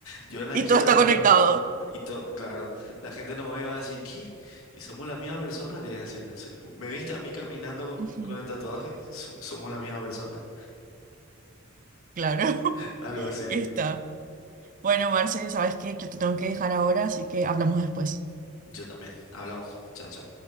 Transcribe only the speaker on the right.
Y
todo está
conectado.
Ujú.
Claro, <laughs>
está. Bueno, Marce, ¿sabes qué? Yo te tengo que dejar ahora, así que hablamos después.